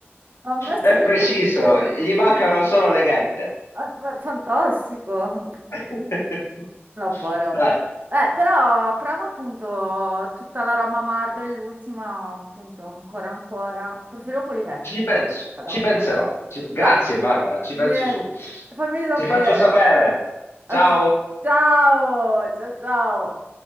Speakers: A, on the right; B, on the left.
A: ha messi
B: È
A: molto
B: preciso,
A: bene.
B: gli mancano solo le ghette.
A: Ah, fa- Fantastico.
B: <laughs>
A: No, parole.
B: Dai,
A: Eh, però prova appunto tutta la roba Marvel, l'ultima appunto ancora ancora. Preferivo quelli vecchi.
B: ci penso,
A: Però
B: ci penserò. Ci- Grazie
A: dai,
B: Barbara, ci penso
A: niente.
B: su.
A: Fammi sapere.
B: Ti faccio sapere.
A: Ok.
B: Ciao.
A: Ciao, ciao, ciao.